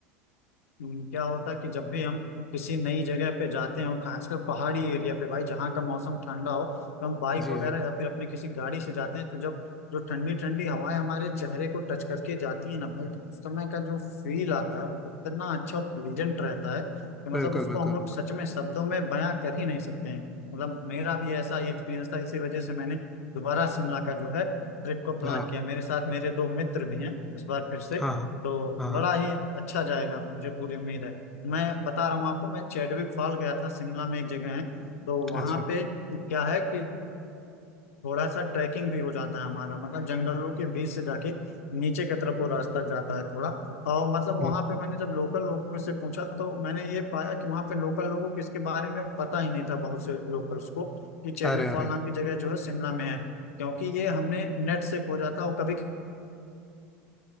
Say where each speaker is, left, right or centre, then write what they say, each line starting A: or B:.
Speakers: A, on the left; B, in the centre.
A: हम्म, क्या होता है कि जब भी हम किसी नई जगह पे जाते हो खासकर पहाड़ी एरिया पे भाई जहाँ का मौसम ठंडा हो तो हम बाइक
B: जी
A: वगैरह
B: जी
A: या फिर अपनी किसी गाड़ी से जाते हैं तो जब जो ठंडी ठंडी हवाएं हमारे चेहरे को टच करके जाती है ना भाई तो उस समय का जो फील आता है वो कितना अच्छा और प्लीजेंट रहता है कि मतलब
B: बिल्कुल
A: उसको
B: बिल्कुल
A: हम लोग
B: बिल्कुल
A: सच में शब्दों में बयां कर ही नहीं सकते हैं मतलब मेरा भी ऐसा ही एक्सपीरियंस था इसी वजह से मैंने दोबारा शिमला का जो है ट्रिप को प्लान
B: हाँ
A: किया मेरे साथ मेरे दो मित्र भी हैं इस बार फिर से
B: हाँ हाँ
A: तो
B: हाँ हाँ
A: बड़ा ही अच्छा जाएगा मुझे पूरी उम्मीद है मैं बता रहा हूँ आपको मैं चैडविक फॉल गया था शिमला में एक जगह है तो वहां
B: अच्छा
A: पे क्या है कि थोड़ा सा ट्रैकिंग भी हो जाता है हमारा मतलब जंगलों के बीच से जाके नीचे की तरफ वो रास्ता जाता है थोड़ा और मतलब
B: हम्म,
A: वहां पे मैंने जब लोकल लोगों से पूछा तो मैंने ये पाया कि वहां पे लोकल लोगों को इसके बारे में पता ही नहीं था बहुत से लोकल्स को कि चैडविक
B: अरे अरे
A: फॉल नाम की जगह जो है शिमला में है क्योंकि ये हमने नेट से खोजा था और कभी